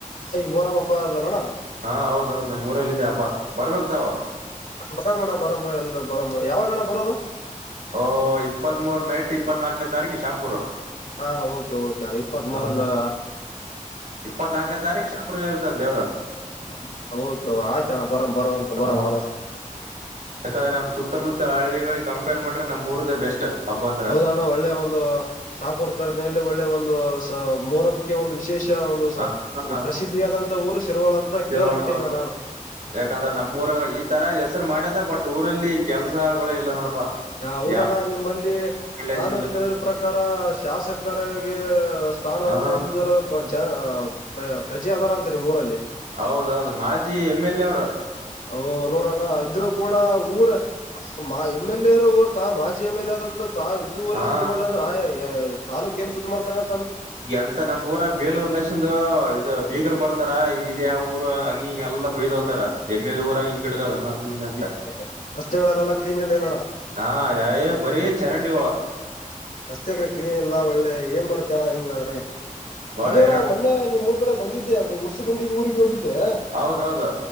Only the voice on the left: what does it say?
ಹಾ ಈ ಮೊರಂ ಹಬ್ಬ ಅದಲ್ಲಣ
ಸ--ಮಣ್ಣ ಬರಮ್ ಎಲ್ರೂ ಬರಮ್ಮು ಯಾವಾಗಣ ಬರದು
ಹಾ ಓಕೆ ಓಕೆ ಅಣ ಇಪ್ಪತ್
ಮೂರು ನಾ
ಹ ಓಕೆ ಆಯ್ತಣ್ಣ ಬರಮ್ ಬರೋವಂತ್ ಬರಾಮ್
ಆದಷ್ಟ್
ಹೌದಣ್ಣ ಒಳ್ಳೆ ಒಂದು ಶಾಪೂರ್ ತರ್ಕನೇಲ್ಲಿ ಒಳ್ಳೆ ಒಂದು ಸ ಮೋರಮ್ಕೆ ಒಂದು ವಿಶ್ ವಿಶೇಷ ಒಂದು ಸ
ಪ್ರಸಿದ್ಧಿಯಾದಂತ ಊರು ಶಿರ್ವಳ ಅಂತ
ಕೇಳಲ್ಪಟ್ಟಿನಣ ನಾನು
ಹೌದಣ
ನಿಮ್ಮಲ್ಲಿ
ನಾನು ಕೇಳಿರ ಪ್ರಕಾರ ಶಾಸಕರ--ಗೆ ಸ್ಥಾನ
ಒಂದು ಒಂದಿದರ ಜ ಪ್ರ ಪ್ರಜೆ ಅದಾರ ಅಂತ ನಿಮ್ಮೂರಲ್ಲಿ
ಅ ನೋಡಣ ಇದ್ರು ಕೂಡ್ ಡ ಊರ ಮಾ ಎಂ ಎಲ್ ಎ ಇರೋ ಊರ್ತ ಮಾಜಿ ಎಂ ಎಲ್ ಎ ಆದಂತ ಇದು ವರೇ
ಸುದ್ ಮಾಡ್ಲಿ ಅಂದ್ರ ಆ ಏ ತಾಲ್ಲೂಕ್ ಏನು ಸುದ್ ಮಾಡ್ತಾನಣ
ಈ ರಸ್ತೆಗಳೆಲ್ಲ ಕ್ಲೀನ್ ಇಲ್ಲ ಏನಣ್ಣ
ರಸ್ತೆಗ್ರೆ ಕ್ಲೀನ್ ಇಲ್ಲ ಒಳ್ಳೆ ಏನ್ ಮಾಡ್ತಿಯಣ ಹಿಂಗಾದ್ರೆ
ಅದು
ಅಣ್ಣ ಮೊನ್ನೆ ನಿಮ್ಮೂರ್ ಕಡೆ ಬಂದಿದ್ದೆ ಅದು ಉರ್ಸುಗುಂಡಿಗೆ ಊರಿಗ್ ಹೋಗಿದ್ದೆ